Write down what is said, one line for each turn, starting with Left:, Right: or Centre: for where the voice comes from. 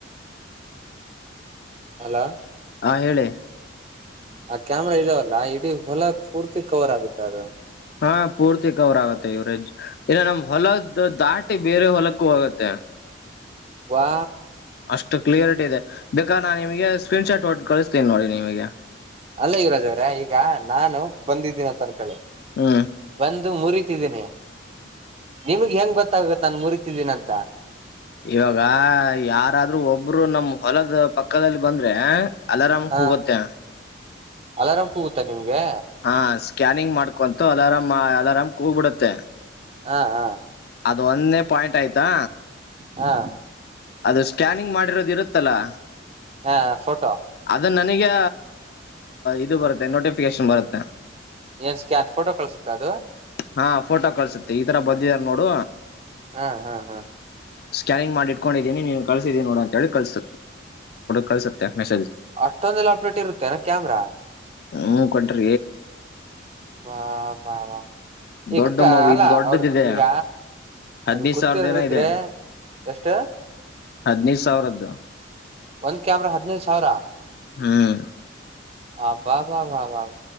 Right: ಅಲ
Left: ಆ ಹೇಳಿ
Right: ಆ ಕ್ಯಾಮ್ರಾ ಇದಾವಲ್ಲ ಇಡೀ ಹೊಲ ಪೂರ್ತಿ ಕವರ್ ಆಗೂತ್ತ ಅದು
Left: ಹಾ ಪೂರ್ತಿ ಕವರ್ ಆಗು್ತ್ತೆ ಇವ್ರೇಜ್ ಇಲ್ಲ ನಮ್ ಹೊಲದ್ ದಾಟಿ ಬೇರೆ ಹೊಲಕ್ಕೂ ಹೋಗತ್ತೆ
Right: ವಾ
Left: ಅಷ್ಟು ಕ್ಲಿಯರಿಟಿ ಇದೆ ಬೇಕಾರ್ ನಾನ್ ನಿಮ್ಗೆ ಸ್ಕ್ರೀನ್ ಶಾಟ್ ಹೊಡ್ದ್ ಕಳಿ್ಸ್ತೀನಿ ನೋಡಿ ನಿಮಗೆ
Right: ಅಲ್ಲ ಯುವರಾಜ್ ಅವ್ರೆ ಈಗ ನಾನು ಬಂದಿದ್ದೀನಿ ಅಂತ ಅನ್ಕಳಿ
Left: ಹ್ಮ
Right: ಬಂದು ಮುರಿತಿದ್ದೀನಿ ನಿಮಗ್ ಹೆಂಗ್ ಗೊತ್ತಾಗುತ್ತ್ ನಾನ್ ಮುರಿತಿದ್ದೀನಿ ಅಂತ
Left: ಇವಾಗ ಯಾರಾದ್ರರು ಒಬ್ರು ನಮ ಹೊಲದ ಪಕ್ಕದಲ್ಲಿ ಬಂದ್ರೆ ಅಲಾರಾಮ್
Right: ಹಾ
Left: ಕೂಗುತ್ತೆ
Right: ಅಲಾರಾಮ ಕೂಗುತ್ತಾ ನಿಮ್ಗೆ
Left: ಹಾ ಸ್ಕ್ಯಾನಿಂಗ್ ಮಾಡ್ಕೊಂತು ಅಲಾರಾಮ ಅಲಾರಾಮ್ ಕೂ್ಬ ಬಿಡತ್ತೆ
Right: ಹಾ ಹಾ
Left: ಅದು ಒಂದೇ ಪಾಯಿಂಟ್ ಆಯ್ತಾ
Right: ಹಾ
Left: ಅದು ಸ್ಕ್ಯಾನಿಂಗ್ ಮಾಡಿರೋದ ಇರುತ್ತಲ್ಲಾ
Right: ಹಾ ಫೋಟೋ
Left: ಅದ ನನಗೆ ಇದು ಬರುತ್ತೆ ನೋಟಿಫಿಕೇಶನ್ ಬರುತ್ತೆ
Right: ಏನ್ ಸ್ಕ್ಯಾನ್ ಫೋಟೋ ಕಳಸುತ್ತಾ ಅದು
Left: ಹಾ ಫೋಟೋ ಕಳ್ಸುತ್ತೆ ಈ ತರ ಬಂದಿದಾರ ನೋಡು
Right: ಹಾ ಹಾ ಹಾ
Left: ಸ್ಕ್ಯಾನಿಂಗ್ ಮಾಡಿ ಕೊಂಡಿದ್ದೀನಿ ನೀವು ಕಳ್ಸಿದೀಿ ನೋಡ್ ಅಂತ್ ಹೇಳಿ ಕಳ್ಸ್ ಕಳ್ಸು್ತ್ತೆ ಮೆಸೇಜ್
Right: ಅಷ್ಟೊಂದೆಲ್ಲ ಅಪ್ಡೇಟ್ ಇರುತ್ತೆನ್ ಕ್ಯಾಮ್ರಾ
Left: ಹಞ ಕೊಟ್ರ
Right: ವಾ ಬಾ ವಾ ಈ
Left: ದೊಡ್ಡ
Right: ಕಕ್ಕ
Left: ಮೊ
Right: ಅಲ್ಲ
Left: ಇದು ದೊಡ್ಡದಿದೆ
Right: ಅವರು ಈಗ
Left: ಹದ್ನೈದು
Right: ಅದು ಗೊತ್ತಿರರಿದ್ರೆ
Left: ಸಾವಿರದ ಏನೋ ಇದೆ
Right: ಎಷ್ಟು
Left: ಹದಿನನೈದು ಸಾವಿರದ್ದು
Right: ಒಂದ್ ಕಾಮ್ರ ಹದಿನೈದು ಸಾವಿರ
Left: ಹ್ಮ್
Right: ಹಬಾ ಬಾ ಬಾಬಾಬ